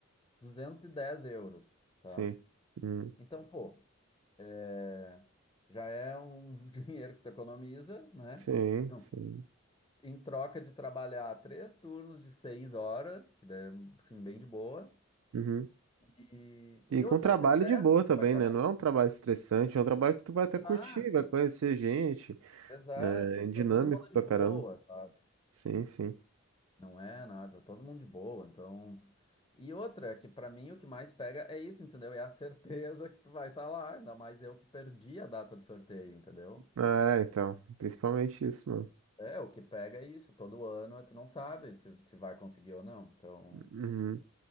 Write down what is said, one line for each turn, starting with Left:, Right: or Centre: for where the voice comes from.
Left: 210 euros, tá?
Right: sim. Uhum.
Left: Então, pô, é, já é um <laughs> dinheiro que tu economiza, né?
Right: Sim,
Left: Tu não-
Right: sim.
Left: Em troca de trabalhar três turnos de seis horas, que é, assim, bem de boa,
Right: Uhum.
Left: e, e
Right: E com
Left: outra,
Right: trabalho
Left: até até
Right: de boa também,
Left: vai estar
Right: né?
Left: lá.
Right: Não é um trabalho estressante, é um trabalho que tu vai
Left: Exato,
Right: até curtir, vai conhecer gente,
Left: exato.
Right: né? É dinâmico
Left: Tá todo mundo de
Right: pra
Left: boa,
Right: caramba.
Left: sabe?
Right: Sim, sim.
Left: Não é nada, tá todo mundo de boa, então... E outra, que pra mim o que mais pega é isso, entendeu? É a certeza que tu vai estar lá, ainda mais eu que perdi a data do sorteio, entendeu?
Right: É, então, principalmente isso, mano.
Left: É, o que pega é isso, todo ano tu não sabe se, se vai conseguir ou não. Então,
Right: Uhum.